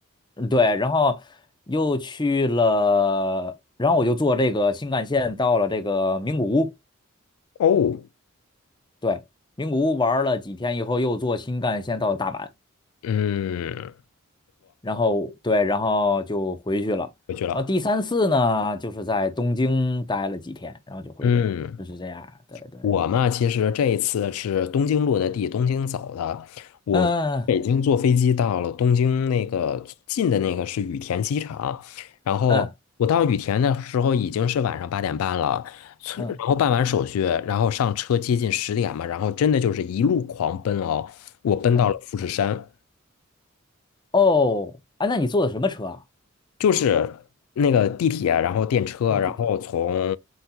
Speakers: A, on the left (about 20°); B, on the left (about 85°).
A: 嗯对，然后又去了，然后我就坐这个新干线到了这个名古屋，
B: 哦，
A: 对，名古屋玩了几天以后，又坐新干线到了大阪。
B: 嗯
A: 然后对，然后就回去了。
B: 回去了。
A: 然后第三次呢，就是在东京待了几天，然后就回去了，
B: 嗯，
A: 就是这样。对对，
B: 我嘛，其实这一次是东京落的地，东京走的。我北京坐飞机到了东京那个近的那个是羽田机场，
A: 嗯
B: 然后我到羽田的时候已经是晚上八点半了，
A: 嗯
B: 从然后办完手续，
A: 嗯
B: 然后上车接近十点嘛，然后真的就是一路狂奔哦，我奔到了富士山。
A: 嗯，哦，啊，那你坐的什么车啊？
B: 就是那个地铁，然后电车，
A: 哦，
B: 然后从
A: 地铁。